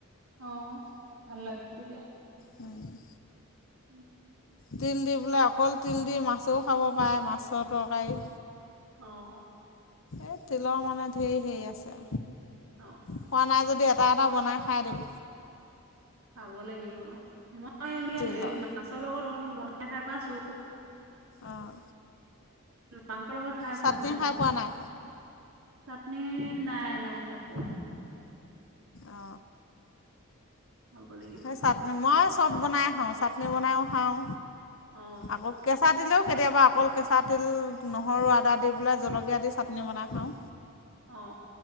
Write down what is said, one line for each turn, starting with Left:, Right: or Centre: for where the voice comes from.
Right: অ ভাল লাগে তেতিয়া
Left: অ <inaudible>
Right: উওম <inaudible>
Left: তিল দি পোলাই অকল তিল দি মাছও খাব পাৰে মাছৰ তৰকাৰী
Right: অ
Left: এই তিলৰ মানে ধেৰ হেৰি আছে।
Right: অ
Left: খোৱা নাই যদি এটা এটা বনাই খাই দিওঁ।
Right: খাব লাগিব মই এনে
Left: তিলৰ
Right: হে মাছৰ লগত অল বন খাই পাইছো
Left: অঁ
Right: মাংসৰ লগত খাই
Left: চাটনি
Right: পোৱা নাই।
Left: খাই পোৱা নাই
Right: চাটনি নাই নাই খ বনাই।
Left: অ।
Right: খাব লাগিব
Left: স
Right: মানে
Left: চাটনি মই চব বনাই খাওঁ চাটনি বনাইও খাওঁ।
Right: অ।
Left: আকৌ কেঁচা তিলেও কেতিয়াবা অকল কেঁচা তিল নহৰু আদা দি পেলাই জলকীয়া দি চাটনি বনাই খাওঁ।
Right: অ